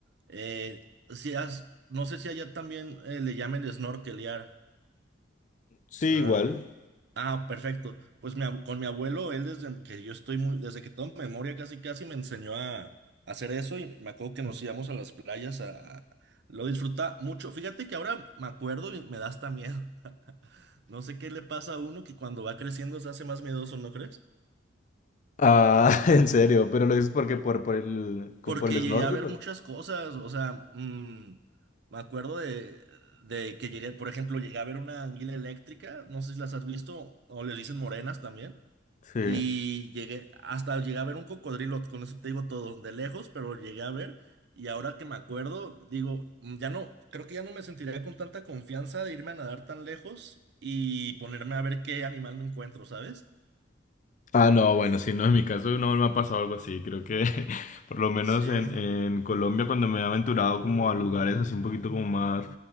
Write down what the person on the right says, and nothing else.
eh, si has- no sé si allá también eh, le llamen snorkelear.
Ah,
ah, perfecto. Pues mi ab- con mi abuelo, él desde que yo estoy muy, desde que tengo memoria casi casi me enseñó a, a hacer eso y me acuerdo que nos íbamos a las playas a, a- lo disfruta mucho. Fíjate que ahora me acuerdo y me da hasta miedo. <laughs> No sé qué le pasa a uno que cuando va creciendo se hace más miedoso, ¿no crees?
Porque
llegué
a ver
muchas cosas, o sea, mm, me acuerdo de, de que llegué, por ejemplo, llegué a ver una anguila eléctrica, no sé si las has visto, o les dicen morenas también.
Y llegué, hasta llegué a ver un cocodrilo, con eso te digo todo, de lejos, pero llegué a ver. Y ahora que me acuerdo, digo, "Mm, ya no, creo que ya no me sentiría con tanta confianza de irme a nadar tan lejos y ponerme a ver qué animal me encuentro, ¿sabes?
Sí,